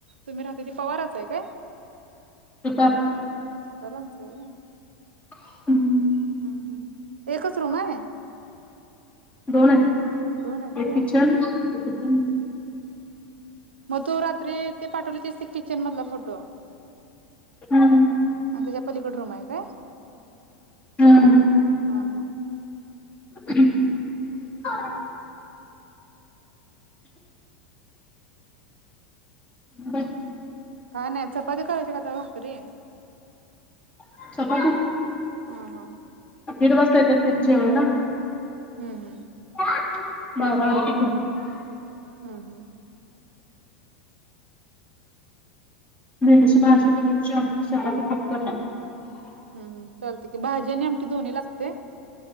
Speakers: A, on the right; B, on the left.
A: तुम्ही राहताथ पवाराच आहे काय
B: आता
A: सुतारांच आहे.
B: हम्म
A: हम् हम् एकच रूम आहे.
B: दोन हे
A: दोन आहेत होय
B: किचन एक दिन
A: मग तू रात्री ते पाठवली तिस किचन मधला फोटो
B: हम्म
A: आणि त्याच्या पलीकड रूम आहे काय?
B: हम्म
A: हा हा.
B: <unintelligible> बर.
A: काय नाही चपाती करायची का आता भाकरी?
B: <unintelligible>
A: हा हा
B: दिड वासयतात तीम जेवाला
A: हम्म हम्म
B: <inaudible>
A: हम्म हम्म
B: म्हेंदुस बाजी बटाटा ची आमटी शेवगा <unintelligible>
A: हम् हम् चालते की भाजी आणि आमट दोन्ही लागते?